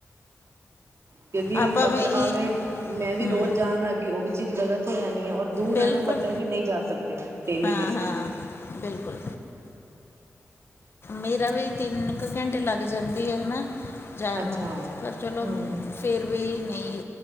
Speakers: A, on the right; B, on the left.
A: ਕਿਉਂਕਿ
B: ਆਪਾਂ
A: ਅਗਰ
B: ਵੀ
A: ਆ ਗਏ ਮੈਂ ਵੀ
B: ਹਮ
A: ਰੋਜ਼ ਜਾਣ ਲੱਗ ਗਈ ਉਹ ਵੀ ਚੀਜ਼ ਗ਼ਲਤ ਹੋ ਜਾਣੀ ਹੈ ਔਰ ਦੂਰ
B: ਬਿਲਕੁਲ
A: ਹੈ ਨਾ ਪਤਾ ਹੈ ਕਿ ਨਹੀਂ ਜਾ ਸਕਦੇ। ਡੇਲੀ
B: ਹਾਂ,
A: ਬੇਸਿਸ
B: ਹਾਂ
A: ਤੇ
B: ਬਿਲਕੁਲ। ਮੇਰਾ ਵੀ ਤਿੰਨ ਕੁ ਘੰਟੇ ਲੱਗ ਜਾਂਦੇ ਆ ਨਾ। ਚੈਨੂੰ
A: ਅੱਛਾ
B: ਤੇ ਚਲੋ।
A: ਹਮ
B: ਫਿਰ ਵੀ ਨਈ